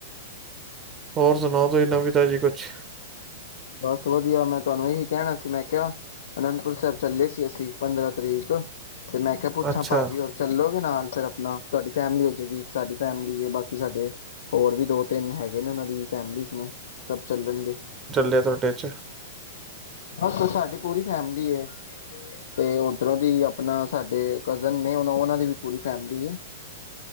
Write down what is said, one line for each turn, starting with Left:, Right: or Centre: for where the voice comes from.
Right: ਹੋਰ ਸੁਣਾਉ। ਕੋਈ ਨਵੀ ਤਾਜੀ ਕੁਛ
Left: ਬਸ ਵਧੀਆ ਮੈਂ ਤੁਆਨੂੰ ਇਹੀ ਕਹਿਣਾ ਸੀ, ਮੈਂ ਕਿਹਾ ਅਨੰਦਪੁਰ ਸਾਹਿਬ ਚੱਲੇ ਸੀ, ਅਸੀਂ ਪੰਦਰਾਂ ਤਰੀਕ ਤੇ ਮੈਂ ਕਿਹਾ ਪੁੱਛਾਂ
Right: ਅੱਛਾ
Left: ਭਾਜੀ ਹੋਰ ਚੱਲੋਗੇ। ਨਾਲ ਫਿਰ ਆਪਣਾ ਤੁਆਡੀ ਫੈਮਿਲੀ ਹੋ ਜਾਏਗੀ, ਇੱਕ ਸਾਡੀ ਫੈਮਿਲੀ ਬਾਕੀ ਸਾਡੇ ਹੋਰ ਵੀ ਦੋ ਤਿੰਨ ਹੈਗੇ ਨੇ ਉਹਨਾਂ ਦੀ ਫੈਮਲੀਸ ਨੇ ਸਭ ਚੱਲਣਗੇ।
Right: ਤੁਆਡੇ ਚ
Left: ਬਸ ਸਾਡੀ ਪੂਰੀ ਫੈਮਲੀ ਐ ਤੇ ਓਧਰੋਂ ਦੀ ਆਪਣਾ ਸਾਡੇ ਕਜ਼ਨ ਨੇ ਉਹਨਾਂ ਦੀ ਵੀ ਪੂਰੀ ਫੈਮਲੀ ਐ।